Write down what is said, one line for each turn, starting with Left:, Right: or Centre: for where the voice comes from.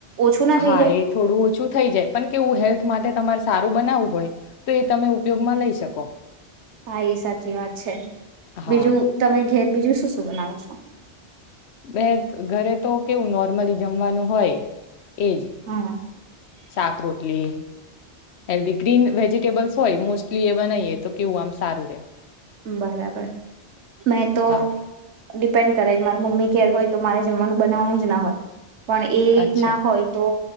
Right: ઓછું ના
Left: હા
Right: થઈ જાય
Left: એ થોડું ઓછું થઈ જાય પણ કેવું હેલ્થ માટે તમાર સારું બનાવવું હોય તો એ તમે ઉપયોગમાં લઈ શકો.
Right: હા એ સાચી વાત છે,
Left: હા
Right: બીજું તમે ઘેર બીજું શું શું બનાવો છો?
Left: બે ઘરે તો કેવું નોર્મલી જમવાનું હોય. એજ,
Right: હા
Left: શાક રોટલી. હેલ્ધી ગ્રીન વેજીિટેબલ્સ હોય મોસ્ટલી એ બનાવીએ તો કેવું આમ સારું રે.
Right: બરાબર, મેં તો
Left: હા
Right: ડિપેન્ડ કરે માર મમ્મી ઘેર હોય તો મારે જમવાનું બનાવવાનું જ ના હોય. પણ એ
Left: અચ્છા
Right: ના હોય તો